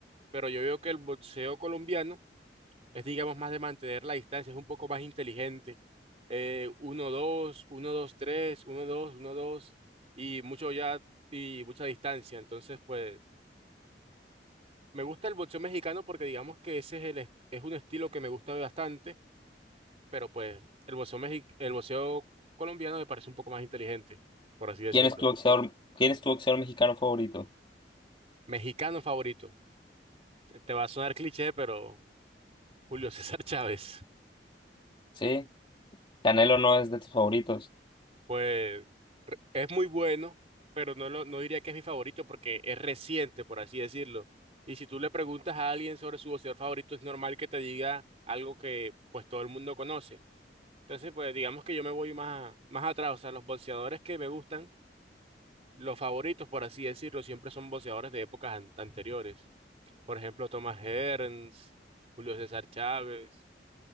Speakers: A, on the right; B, on the left.
A: Pero yo veo que el boxeo colombiano es digamos más de mantener la distancia, es un poco más inteligente. Eh, 1-2, 1-2-3, 1-2, 1-2 y mucho ya y mucha distancia. Entonces, pues me gusta el boxeo mexicano porque digamos que ese es el est- es un estilo que me gusta bastante pero pues el boxeo, mexi- el boxeo colombiano me parece un poco más inteligente, por así decirlo.
B: ¿Quién es tu boxeador, quién es tu boxeador mexicano favorito?
A: Mexicano favorito. Te, te va a sonar cliché, pero Julio <laughs> César Chávez,
B: ¿Sí? Canelo no es de tus favoritos.
A: pues re- es muy bueno, pero no, lo, no diría que es mi favorito porque es reciente, por así decirlo. Y si tú le preguntas a alguien sobre su boxeador favorito, es normal que te diga algo que pues todo el mundo conoce. Entonces, pues digamos que yo me voy más, más atrás, o sea, los boxeadores que me gustan Los favoritos, por así decirlo, siempre son boxeadores de épocas an- anteriores. Por ejemplo, Thomas Hearns, Julio César Chávez